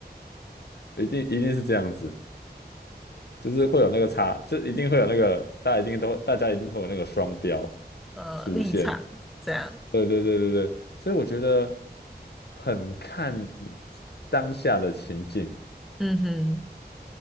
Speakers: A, on the left (about 75°); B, in the centre.
A: 一定一定是这样子。就是会有那个差，就一定会有那个，大家一定都，大家一定会有那个双标
B: 呃，
A: 出现。
B: 立场这样，
A: 对对对对对，所以我觉得很看当下的情境，
B: 嗯哼，